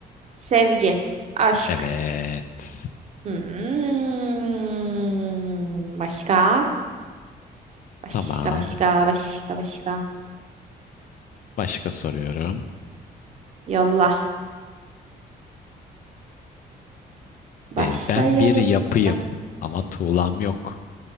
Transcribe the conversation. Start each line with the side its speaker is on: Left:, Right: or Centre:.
Right: sevgi, aşk.
Left: Evet.
Right: Hmm, başka? Başka,
Left: Tamam.
Right: başka, başka, başka.
Left: Başka soruyorum.
Right: Yolla. Başlayalım.
Left: E, ben bir yapıyım
Right: Baş...
Left: ama tuğlam yok.